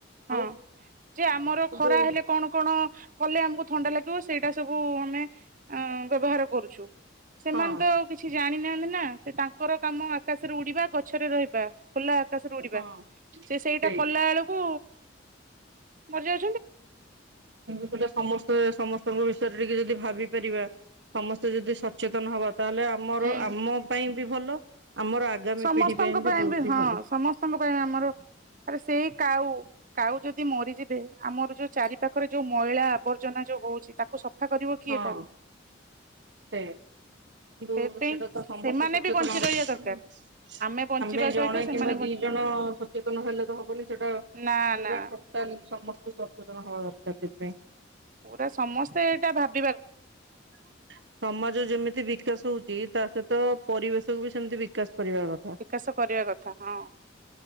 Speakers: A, on the right; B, on the right.
A: ଆଉ
B: ହଁ ଯେ ଆମର
A: କିନ୍ତୁ
B: ଖରା ହେଲେ କଣ କଣ? କଲେ ଆମକୁ ଥଣ୍ଡା ଲାଗିବ ସେଇଟା ସବୁ ଆମେ ଅଁ ବ୍ୟବହାର କରୁଛୁ। ସେମାନେ
A: ହଁ
B: ତ କିଛି ଜାଣି ନାହାନ୍ତି ନା ସେ ତାଙ୍କର କାମ ଆକାଶରେ ଉଡିବା ଗଛରେ ରହିବା। ଖୋଲା ଆକାଶରେ ଉଡିବା
A: ହଁ।
B: ସେ ସେଇଟା
A: ସେଇ
B: କଲା ବେଳକୁ ମରି ଯାଉ
A: ଉଁ ସେଟା ସମସ୍ତ ତେଏ ସମସ୍ତଙ୍କ ବିଷୟରେ ଟିକେ ଯଦି ଭାବି ପାରିବା ସମସ୍ତେ ଯଦି ସଚେତନ ହବା। ତାହେଲେ ଆମର
B: ହୁଁ।
A: ଆମ ପାଇଁ ବି ଭଲ ଆମର ଆଗାମୀ
B: ସମସ୍ତଙ୍କ
A: ପିଢି
B: ପାଇଁ
A: ବହୁତ
B: ବି
A: ହି
B: ହଁ
A: ଭଲ
B: ସମସ୍ତଙ୍କ ପାଇଁ ଆମର ଆବେ ସେଇ କାଉ। କାଉ ଯଦି ମରିଯିବେ ଆମର ଯୋଉ ଚାରି ପାଖରେ ଯୋଉ ମଇଳା ଆବର୍ଜନା ଯୋଉ ହଉଚି ତାକୁ ସ ସଫା କରିବ କିଏ
A: ହଁ
B: ତାହେଲେ
A: ସେଇଆ। କିନ୍ତୁ
B: <inaudible> ସେଇଥ୍
A: ସେଇଟା
B: ପାଇଁ
A: ତ ସମସ୍ତେ
B: ସେମାନେ
A: ସଚେତନ
B: ବି ବଞ୍ଚି
A: ହବା
B: ରହିବା ଦରକାର।
A: ନା।
B: ବଞ୍ଚିବା
A: ଆମେ ଜଣେ
B: ସହିତ ସେମାନେ
A: କିମ୍ବା
B: ବଞ୍ଚି
A: ଦି ଜଣଅ ସଚେତନ ହେଲେ ତ ହବନି ସେଟା ପୁରା
B: ନା ନା
A: ଟୋଟାଲ୍ ସମସ୍ତେ ସଚେତନ ହବା ଦରକାର ସେଇଥିପାଇଁ
B: ପୁରା ସମସ୍ତେ ଏଇଟା ଭାବ
A: <inaudible> ସମାଜ ଯେମିତି ଦି ବିକାଶ ହଉଛି ତା ସହିତ ପରିବେଶକୁ ବି ସେମିତି ବିକାଶ କରିବା କଥା।
B: ବିକାଶ କରିବା କଥା ହଁ।